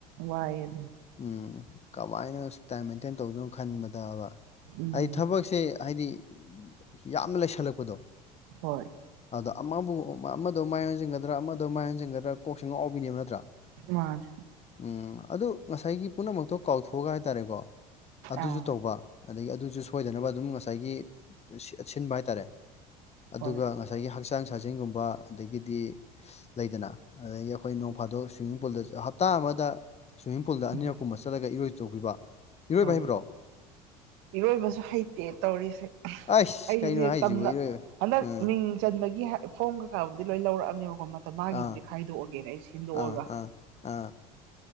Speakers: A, on the right; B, on the left.
A: ꯋꯥꯏꯗꯤ
B: ꯎꯝ ꯀꯃꯥꯏꯅ ꯇꯥꯏꯝ ꯃꯦꯟꯇꯦꯟ ꯇꯧꯗꯣꯏꯅꯣ ꯈꯟꯕꯗꯕ
A: ꯎꯝ
B: ꯍꯥꯏꯗꯤ ꯊꯕꯛꯁꯦ ꯍꯥꯏꯗꯤ ꯌꯥꯝꯅ ꯂꯩꯁꯜꯂꯛꯄꯗꯣ
A: ꯍꯣꯏ
B: ꯑꯗꯣ ꯑꯃꯕꯨ ꯑꯃꯗ ꯃꯥꯏ ꯍꯟꯖꯤꯟꯒꯗ꯭ꯔꯥ ꯑꯃꯗ ꯃꯥꯏ ꯍꯟꯖꯤꯟꯒꯗ꯭ꯔꯥ ꯀꯣꯛꯁ ꯉꯛꯥꯎꯕꯤꯅꯦꯕ ꯅꯠꯇ꯭ꯔꯥ
A: ꯃꯥꯅꯤ
B: ꯎꯝ ꯑꯗꯨ ꯉꯁꯥꯏꯒꯤ ꯄꯨꯝꯅꯃꯛꯇꯣ ꯀꯥꯎꯊꯣꯛꯑꯒ ꯍꯥꯏꯇꯥꯔꯦꯀꯣ ꯑꯗꯨꯁꯨ
A: ꯑꯥ
B: ꯇꯧꯕ ꯑꯗꯒꯤ ꯑꯗꯨꯁꯨ ꯁꯣꯏꯗꯅꯕ ꯑꯗꯨꯝ ꯉꯁꯥꯏꯒꯤ ꯁꯤꯟꯕ ꯍꯥꯏꯇꯥꯔꯦ ꯑꯗꯨꯒ
A: ꯍꯣꯏ
B: ꯉꯥꯏ ꯉꯁꯥꯏꯒꯤ ꯍꯛꯆꯥꯡ ꯁꯥꯖꯦꯟꯒꯨꯝꯕ ꯑꯗꯒꯤꯗꯤ ꯂꯩꯗꯅ ꯑꯗꯒꯤ ꯑꯩꯈꯣꯏ ꯅꯣꯡ ꯐꯥꯗꯣꯛ ꯁ꯭ꯋꯤꯝꯃꯤꯡ ꯄꯨꯜꯗ ꯍꯞꯇꯥ ꯑꯃꯗ ꯁ꯭ꯋꯤꯝꯃꯤꯡ ꯄꯨꯜꯗ ꯑꯅꯤꯔꯛ
A: ꯎꯝ
B: ꯀꯨꯝꯕ ꯆꯠꯂꯒ ꯏꯔꯣꯏ ꯆꯧꯕꯕ ꯏꯔꯣꯏꯕ
A: ꯍꯣꯏ
B: ꯍꯥꯏꯕ꯭ꯔꯣ
A: ꯏꯔꯣꯏꯕꯁꯨ ꯍꯩꯇꯦ ꯇꯧꯔꯤꯁꯦ
B: ꯑꯩꯁ
A: ꯑꯩꯁꯦ
B: ꯀꯩꯅꯣ ꯍꯥꯏꯁꯤꯕꯨ
A: ꯇꯝꯅ
B: ꯏꯔꯣꯏꯕ
A: ꯍꯟꯗꯛ
B: ꯎꯝ
A: ꯃꯤꯡ ꯆꯟꯕꯒꯤ ꯐꯣꯝ ꯀꯩꯀꯥꯕꯨꯗꯤ ꯂꯣꯏ ꯂꯧꯔꯛꯑꯅꯦꯕꯀꯣ ꯃꯥꯒꯤꯕꯨꯗꯤ
B: ꯑꯥ
A: ꯈꯥꯏꯗꯣꯛꯑꯒꯦꯅ ꯑꯩ ꯁꯤꯟꯗꯣꯛꯑꯒ
B: ꯑꯥ ꯑꯥ ꯑꯥ